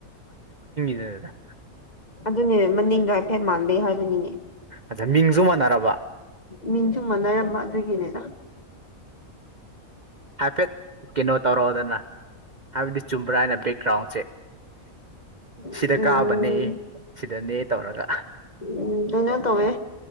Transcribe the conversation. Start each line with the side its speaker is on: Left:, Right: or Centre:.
Right: ꯑꯦ
Left: ꯑꯗꯨꯅꯦ ꯃꯅꯤꯡꯗ ꯍꯥꯏꯐꯦꯠ ꯃꯥꯜ ꯂꯦ ꯍꯥꯏꯕꯅꯤꯅꯦ
Right: ꯑꯠꯆꯥ ꯃꯤꯡꯁꯨ ꯃꯥꯟꯅꯔꯕ
Left: ꯃꯤꯡꯁꯨ ꯃꯥꯟꯅꯔꯝꯕ ꯑꯗꯨꯒꯤꯅꯤꯗ <inaudible>
Right: ꯍꯥꯏꯐꯦꯠ ꯀꯩꯅꯣ ꯇꯧꯔꯛꯑꯣꯗꯅ ꯍꯥꯏꯕꯗꯤ ꯆꯨꯝꯕ꯭ꯔꯥ ꯍꯥꯏꯅ ꯕꯦꯛꯒ꯭ꯔꯥꯎꯟꯁꯦ
Left: ꯎꯝ
Right: ꯁꯤꯗ ꯀꯥꯕꯅꯦ ꯁꯤꯗꯅꯦ ꯇꯧꯔꯒ
Left: ꯎꯝ ꯀꯩꯅꯣ ꯇꯧꯋꯦ